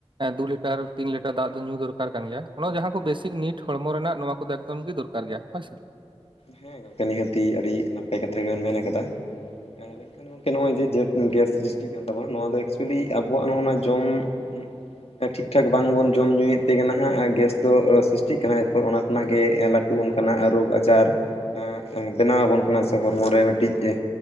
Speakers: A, on the right (about 50°); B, on the left (about 70°).
A: ᱮᱸ ᱫᱩ ᱞᱤᱴ ᱴᱟᱨ ᱛᱤᱱ ᱞᱤᱴᱟᱨ ᱫᱟᱜ ᱫᱚ ᱧᱩ ᱫᱚᱨᱠᱟᱨ ᱠᱟᱱ ᱜᱮᱭᱟ ᱚᱱᱟ ᱫᱚ ᱡᱟᱦᱟᱸ ᱠᱚ ᱵᱮᱥᱤᱠ ᱱᱤᱴ ᱦᱚᱲᱢᱚ ᱨᱮᱱᱟᱜ ᱱᱚᱣᱟ ᱠᱚᱫᱚ ᱮᱠᱫᱚᱢ ᱜᱮ ᱫᱚᱨᱟᱨ ᱜᱮᱭᱟ ᱦᱚᱭ ᱥᱮ᱾
B: ᱦᱮᱸ ᱜᱚᱝᱠᱮ ᱱᱤᱦᱟᱹᱛᱤ ᱟᱹᱰᱤ ᱱᱟᱯᱟᱭ ᱠᱟᱛᱷᱟ ᱜᱮᱵᱮᱱ ᱢᱮᱱ ᱟᱠᱟᱫᱟ᱾ ᱮᱸ ᱢᱮᱱᱠᱷᱟᱱ ᱜᱚᱝᱠᱮ ᱱᱚᱜ-ᱚᱭ ᱡᱮ ᱡᱮᱛ ᱩᱸ ᱜᱮᱥ ᱥᱨᱤᱥᱴᱤᱜ ᱠᱟᱱ ᱛᱟᱵᱚᱱᱟ ᱱᱚᱣᱟ ᱫᱚ ᱮᱠᱪᱩᱞᱤ ᱟᱵᱚᱣᱟᱜ ᱱᱚᱜ-ᱚᱱᱟ ᱡᱚᱢ ᱩᱸᱜ ᱮᱸ ᱴᱷᱤᱠ ᱴᱷᱟᱠ ᱵᱟᱝ ᱵᱚᱱ ᱡᱚᱢ ᱧᱩᱭᱮᱫ ᱛᱮᱜᱮ ᱱᱟᱦᱟᱸᱜ ᱜᱮᱥ ᱫᱚ ᱚ ᱥᱤᱥᱴᱤᱜ ᱠᱟᱱᱟ ᱮᱭ ᱯᱚᱨ ᱚᱱᱟ ᱠᱷᱚᱱᱟᱜ ᱜᱮ ᱮ ᱞᱟᱴ ᱴᱩ ᱚᱱᱠᱟᱱᱟᱜ ᱟᱨ ᱨᱳᱜᱽ ᱟᱡᱟᱨ᱾ ᱮᱸᱜ ᱮ ᱵᱮᱱᱟᱣ ᱟᱵᱚᱱ ᱠᱟᱱᱟ ᱥᱮ ᱦᱚᱲᱢᱚ ᱨᱮ ᱢᱤᱫᱴᱤᱡ